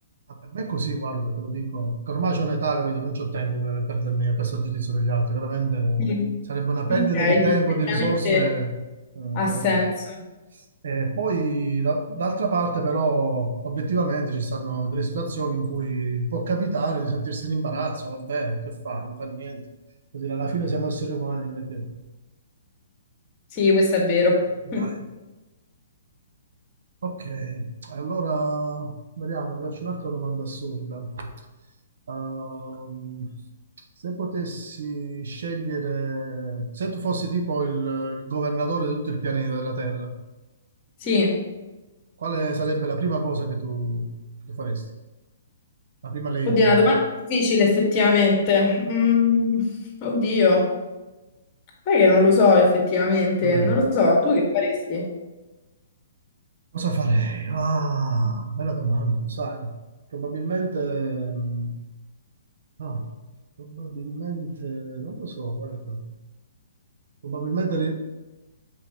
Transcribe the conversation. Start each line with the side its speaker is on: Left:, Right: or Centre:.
Right: Ma per me è così, guarda, te lo dico. Che Ormai c'ho un'età, capito? Non c'ho tempo per perdermi a questo giudizio degli altri. Veramente
Left: Mm.
Right: sarebbe una perdita
Left: Ok,
Right: di tempo,
Left: sì, effettivamente
Right: di risorse, eh,
Left: ha
Right: proprio.
Left: senso.
Right: E poi, da- d'altra parte, però, obiettivamente ci stanno delle situazioni in cui può capitare di sentirsi in imbarazzo. Vabbè, che fa? Non fa niente. Vuol dire, alla fine siamo esseri umani, non è che...
Left: Sì, questo è vero.
Right: Dai.
Left: <laughs>
Right: Ok, allora vediamo, ti faccio un'altra domanda assurda. Ehm, se potessi scegliere, se tu fossi tipo il, il governatore di tutto il pianeta della Terra,
Left: Sì.
Right: quale sarebbe la prima cosa che tu, che tu faresti? La prima legge?
Left: Oddio, è una
Right: che tu-
Left: domanda difficile effettivamente. Mm, oddio, sai che non lo so effettivamente,
Right: Mm,
Left: non lo so, tu che faresti?
Right: cosa farei? Ah, bella domanda, lo sai. Probabilmente, mm, ah, probabilmente, non lo so, guarda. Probabilmente li-